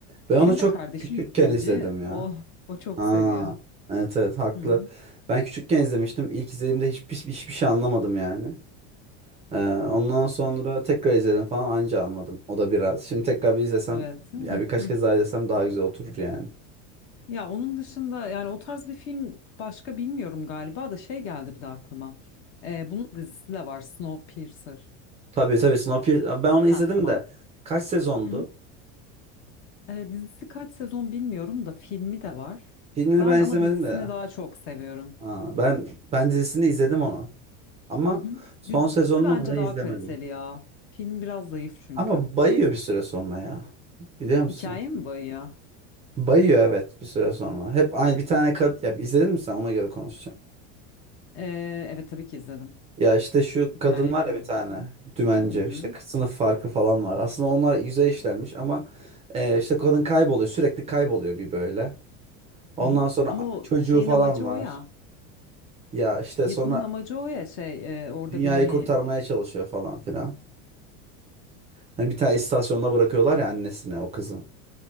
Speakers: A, on the right; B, on the left.
A: Ben onu
B: Benim
A: çok
B: de kardeşim
A: küçükken
B: dilci.
A: izledim
B: O
A: ya.
B: o çok
A: Aa,
B: seviyor.
A: evet evet haklı.
B: Hı hı.
A: Ben küçükken izlemiştim. İlk izlediğimde hiçbir, hiçbir şey anlamadım yani. Ee, ondan sonra tekrar izledim falan anca anladım. O da biraz. Şimdi tekrar bir izlesem
B: Evet. <laughs>
A: ya birkaç kez daha izlesem daha güzel oturur yani.
B: Ya onun dışında yani o tarz bir film başka bilmiyorum galiba da şey geldi bir de aklıma. Ee, bunun dizisi de var Snowpiercer.
A: Tabii tabii Snowpiercer. Ben onu
B: Ha
A: izledim
B: tamam.
A: de kaç sezondu?
B: Hı hı. Ee, dizisi kaç sezon bilmiyorum da filmi de var.
A: Filmini
B: Ben
A: ben izlemedim
B: ama dizisini
A: de ya.
B: daha çok seviyorum.
A: Aa, ben ben dizisini izledim onu. Ama
B: Hı hı.
A: son
B: Diz-
A: sezonunu
B: Dizi, bence
A: mu ne
B: daha
A: izlemedim.
B: kaliteli ya. Film biraz zayıf çünkü.
A: Ama bayıyor bir süre sonra ya. Biliyor musun?
B: Hikaye mi bayıyor?
A: Bayıyor evet bir süre sonra. Hep aynı bir tane kad ya izledin mi sen ona göre konuşacağım.
B: Ee, evet tabii ki izledim.
A: Ya işte şu
B: Hikayeyi
A: kadın var
B: biliyorum.
A: ya bir tane
B: Hı hı.
A: dümenci
B: Hı hı.
A: işte sınıf farkı falan var. Aslında onlar güzel işlenmiş ama e, işte kadın kayboluyor sürekli kayboluyor bir böyle. Ondan
B: Hı hı.
A: sonra
B: Ama o
A: çocuğu
B: şeyin
A: falan
B: amacı
A: var.
B: o ya.
A: Ya işte
B: Yapımın
A: sonra
B: amacı o ya şey e, orada
A: dünyayı
B: bir hani
A: kurtarmaya çalışıyor falan filan. Hani bir tane istasyonda bırakıyorlar ya annesine o kızı.